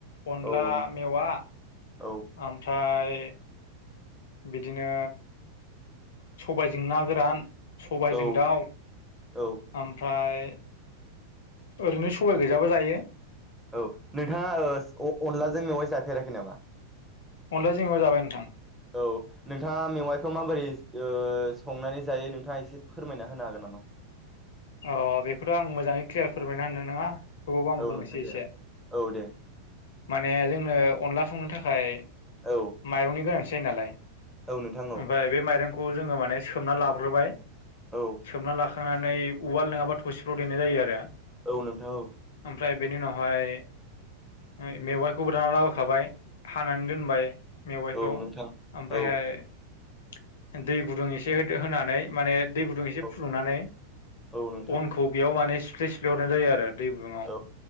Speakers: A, on the left; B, in the centre.
A: अनला
B: औ नोंथां
A: मेवा
B: औ
A: ओमफ्राय बिदिनो सबायजों ना गोरान सबायजों
B: औ
A: दाउ
B: औ
A: ओमफ्राय ओरैनो सबाय गैजाबो जायो।
B: औ नोंथांङा ओ अ-अनलाजों मेवाइ जाफेराखै नामा?
A: अनला जों मेवाइ जाबाय नोंथां
B: औ नोंथांङा मेवाइखौ माबोरै ओ संनानै जायो नोंथांङा एसे फोरमायना होनो हागोन नामा?
A: अ बेखौथ' आं मोजांङै क्लियार फोरमायना होननाय नोंङा थेवावबो आं
B: औ
A: बुंनोसै
B: नोंथां दे
A: एसे
B: औ औ दे
A: माने जोंनो अनला संनो थाखाय
B: औ
A: माइरंनि गोनांथि जायो नालाय
B: औ नोंथां औ
A: ओमफ्राय बे माइरंखौ खौ जोंङो माने सोबना लाग्रोबाय
B: औ
A: सोमना लाखांनानै उवाल नोंङाबा थपसिफ्राव देनाय जायो आरो
B: औ नोंथां औ
A: ओमफ्राय बेनि उनावहाय मेवाइखौबो दाना लाबोखाबाय हानानै दोनबाय मेवाइखौ
B: औ नोंथां
A: ओमफ्रायहाय
B: औ
A: दै गुदुं एसे होदो होनानै माने दै गुदुं एसे
B: औ
A: फुदुंनानै
B: औ नोंथां
A: अनखौ बेयाव माने सिफ्ले सिफ्ले हरनाय जायो आरो दै गुदुंङाव
B: औ